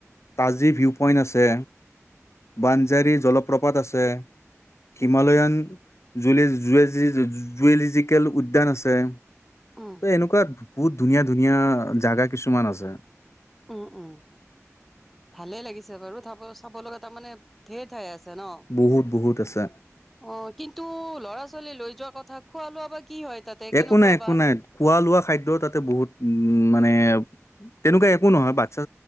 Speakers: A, on the left; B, in the centre.
A: তাজী ভিউ পইণ্ট আছে। বাঞ্জাৰী জলপ্ৰপাত আছে। হিমালয়ান জু <unintelligible> জুৱেলজিকেল উদ্যান আছে
B: উম,
A: ত এনেকুৱা বহুত ধুনীয়া, ধুনীয়া জোগা কিছুমান আছে।
B: উম, উম ভালে লাগিছে বাৰু চাব লগা তাৰমানে ধেৰ ঠাই আছে ন।
A: বহুত বহুত আছে।
B: অ', কিন্তু ল'ৰা ছোৱালী লৈ যোৱা কথা খোৱা লোৱা বা কি হয় তাতে
A: একো
B: কেনেকুৱা
A: নাই একো
B: বা?
A: নাই খোৱা লোৱা খাদ্য তাতে বহুত মানে তেনেকুৱা একো নহয় বাচ্ছা